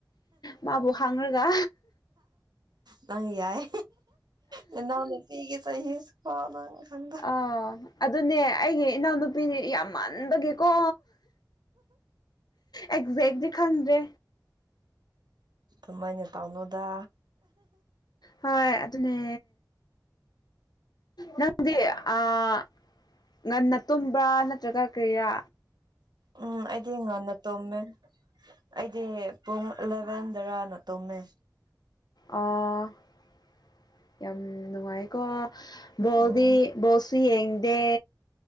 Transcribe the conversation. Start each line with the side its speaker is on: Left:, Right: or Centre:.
Left: ꯃꯥꯕꯨ ꯍꯪꯔꯒ
Right: ꯅꯪ ꯌꯥꯏ ꯅꯅꯥꯎ ꯅꯨꯄꯤꯒꯤ ꯆꯍꯤꯁꯨ ꯐꯥꯎ ꯅꯪ ꯈꯪ
Left: ꯑꯧ ꯑꯗꯨꯅꯦ ꯑꯩꯒꯤ ꯏꯅꯥꯎꯅꯨꯄꯤꯅꯤ ꯌꯥꯝ ꯃꯥꯟꯕꯒꯤꯀꯣ ꯑꯦꯛꯖꯦꯛꯇꯤ ꯈꯪꯗꯦ
Right: ꯑꯗꯨꯃꯥꯏꯅ ꯇꯧꯅꯨꯗ
Left: ꯍꯣꯏ ꯑꯗꯨꯅꯦ ꯅꯪꯗꯤ ꯑꯥ ꯉꯟꯅ ꯇꯨꯝꯕ꯭ꯔꯥ ꯅꯠꯇ꯭ꯔꯒ ꯀꯔꯤꯔ
Right: ꯎꯝ ꯑꯩꯗꯤ ꯉꯟꯅ ꯇꯨꯝꯃꯦ ꯑꯩꯗꯤ ꯄꯨꯡ ꯑꯦꯂꯦꯚꯦꯟꯗꯔꯅ ꯇꯨꯝꯃꯦ
Left: ꯑꫭ ꯌꯥꯝ ꯅꯨꯡꯉꯥꯏꯀꯣ ꯕꯣꯜꯗꯤ
Right: ꯎꯝ
Left: ꯕꫭꯜꯁꯨ ꯌꯦꯡꯗꯦ